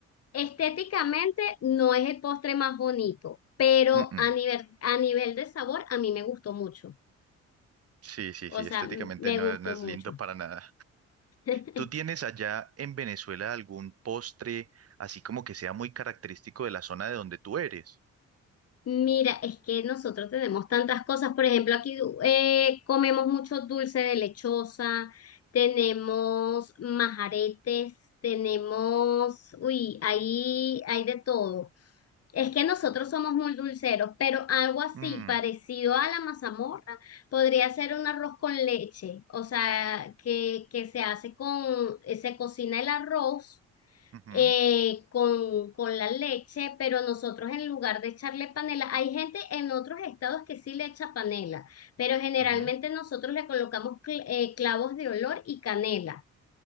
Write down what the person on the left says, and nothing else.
Estéticamente no es el postre más bonito, pero
a nivel, a nivel de sabor a mí me gustó mucho.
O
sea,
m- me
gustó
mucho.
<laughs>
Mira, es que nosotros tenemos tantas cosas. Por ejemplo, aquí eh, comemos mucho dulce de lechosa, tenemos majaretes, tenemos, uy, ahí hay de todo. Es que nosotros somos muy dulceros, pero algo así
parecido a la mazamorra podría ser un arroz con leche, o sea, que, que se hace con, eh, se cocina el arroz
eh, con, con la leche, pero nosotros en lugar de echarle panela, hay gente en otros estados que sí le echa panela, pero generalmente
nosotros le colocamos cl- eh, clavos de olor y canela.